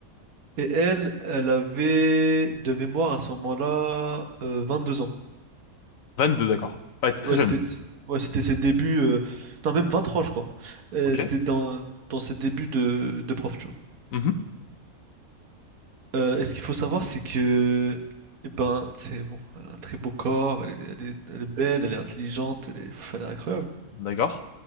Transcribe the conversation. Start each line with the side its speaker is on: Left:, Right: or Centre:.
Right: Et elle, elle avait de mémoire à ce moment-là euh, deux ans.
Left: 22, d'accord. Ouais, t'es très
Right: Ouais,
Left: jeune.
Right: c'était c- ouais, c'était ses débuts. euh, Non, même 23, je crois. Euh,
Left: Ok.
Right: c'était dans, dans ses débuts de, de prof, tu vois.
Left: Mhm.
Right: Euh, et ce qu'il faut savoir, c'est que. Eh ben, c'est bon, elle a un très beau corps, elle est, elle est, elle est belle, elle est intelligente, elle est, pff, elle est incroyable.
Left: D'accord.